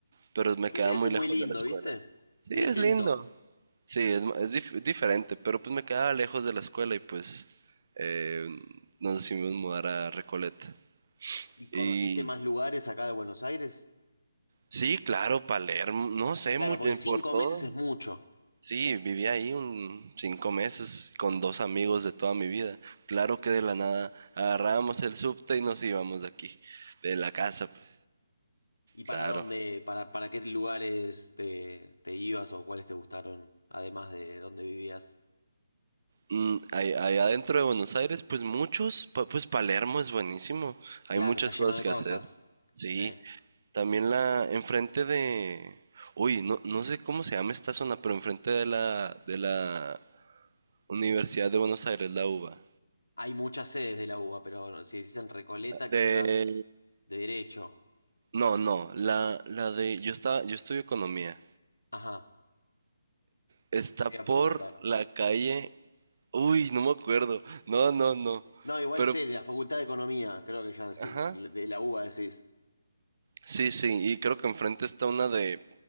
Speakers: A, on the right (about 50°); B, on the left (about 85°).
A: pero me
B: Colegiales
A: quedaba muy
B: es muy
A: lejos
B: lindo,
A: de la escuela.
B: ¿viste?
A: Sí,
B: Es
A: es
B: distinto.
A: lindo. Sí, es, ma- es dif- diferente, pero pues me quedaba lejos de la escuela y pues eh, nos decidimos mudar a Recoleta.
B: ¿Y conociste
A: Y
B: más lugares acá de Buenos Aires?
A: sí, claro, Palermo, no sé,
B: Claro,
A: mu-
B: porque
A: eh, por
B: cinco
A: todo.
B: meses es mucho.
A: Sí, viví ahí un cinco meses con dos amigos de toda mi vida. Claro que de la nada agarrábamos el subte y nos íbamos de aquí, de la casa, pues,
B: ¿Y para
A: claro.
B: dónde, para, para qué lugares te, te ibas o cuáles te gustaron, además de dónde vivías?
A: Mm, ahí- allá adentro de Buenos Aires, pues muchos, pa- pues Palermo es buenísimo. Hay
B: Claro,
A: muchas
B: está lleno
A: cosas
B: de
A: que
B: cosas.
A: hacer. Sí,
B: Sí.
A: también la, enfrente de, uy, no, no sé cómo se llama esta zona, pero enfrente de la, de la Universidad de Buenos Aires, la UBA.
B: Hay muchas sedes de la UBA, pero si decís en Recoleta,
A: De,
B: quizás de derecho.
A: No, no, la, la de, yo estaba, yo estudio economía.
B: Ajá,
A: Está
B: te
A: por
B: iba a preguntar.
A: la calle, uy, no me acuerdo. No, no, no.
B: No, igual
A: Pero,
B: sé,
A: pues,
B: de la Facultad de Economía, creo que ya decí-
A: ajá.
B: de la UBA decís.
A: Sí, sí, y creo que enfrente está una de,